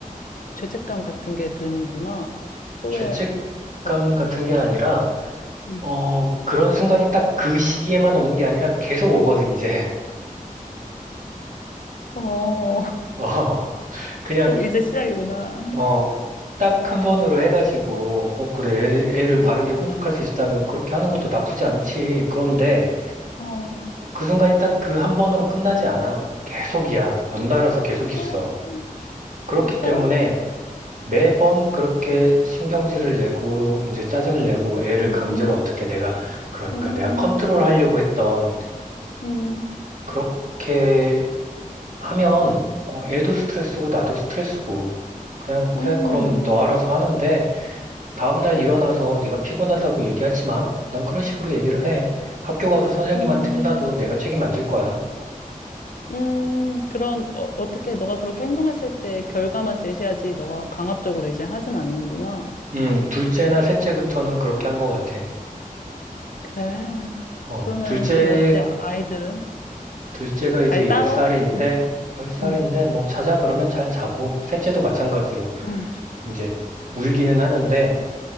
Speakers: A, on the left; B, on the right.
A: 죄책감 같은 게 드는구나. 후회,
B: 죄책감
A: 같은-
B: 같은 게 아니라,
A: 응.
B: 어, 그런 순간이 딱 그 시기에만 오는 게 아니라 계속 오거든, 이제.
A: 어, <laughs>
B: <laughs> 어, 그냥,
A: 그럼 이제 시작이구나.
B: 어, 딱 한 번으로 해가지고, 어, 그래, 애- 애를 바르게
A: 어,
B: 훈육할 수 있다면 그렇게 하는 것도 나쁘지 않지. 그런데
A: 어,
B: 그 순간이 딱 그 한 번으로 끝나지 않아. 계속이야. 연달아서 계속 있어.
A: 어,
B: 그렇기
A: 진짜?
B: 때문에 매번 그렇게 신경질을 내고 이제 짜증을 내고 애를
A: 응,
B: 강제로
A: 응,
B: 어떻게 내가 그러니까
A: 응,
B: 내가 컨트롤하려고 했던
A: 응,
B: 그렇게 하면 어, 애도 스트레스고 나도 스트레스고 그냥 그래
A: 응, 응,
B: 그럼 너 알아서 하는데 다음날 일어나서 네가 피곤하다고 얘기하지 마. 난 그런 식으로 얘기를 해. 학교 가서 선생님한테
A: 응.
B: 혼나도 내가 책임 안 질 거야.
A: 응. 그런, 어, 어떻게 너가 그렇게 행동했을 때 결과만 제시하지, 너가 강압적으로 이제 하진 않는구나.
B: 음, 둘째나
A: 그거.
B: 셋째부터는 그렇게 한 것 같아.
A: 그래.
B: 어,
A: 그러면
B: 둘째
A: 좀 어때, 아이들은?
B: 둘째가
A: 잘
B: 이제 10살인데,
A: 따러? 응,
B: 열 살인데
A: 응,
B: 뭐, 자자 그러면 잘 자고, 셋째도 마찬가지로,
A: 응,
B: 이제, 울기는 하는데,